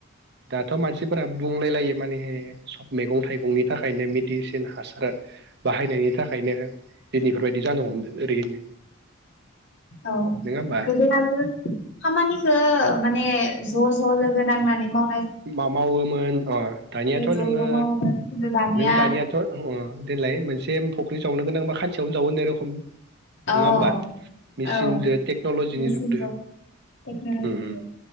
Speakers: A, on the right (about 50°); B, on the left (about 60°).
A: दाथ' मानसिफोरा बुंलायलायो माने सब मैगं थाइगंनि थाखायनो मेडिसिन हासार बाहायनायनि थाखायनो दिनै इफोरबायदि जानो हमदो ओरैनो
B: औ
A: नोङा होमबा
B: गोदो खामानिखौ माने ज' ज' लोगो नांनानै माव
A: मा मावोमोन अ दानियाथ'
B: गोदो
A: नोङो
B: ज' मावोमोन खिन्थु दानिया
A: नों दानियाथ' अ। देलाय मोनसे फख्रि जावनो गोनां बा खानसेयावनो जावो होननाय रखम नोङा
B: औ
A: होमबा मेसिनजों
B: औ
A: टेक्न'लजिनि
B: मेसिनजों
A: जुगदो
B: टेक्न'लजिजों
A: उम उम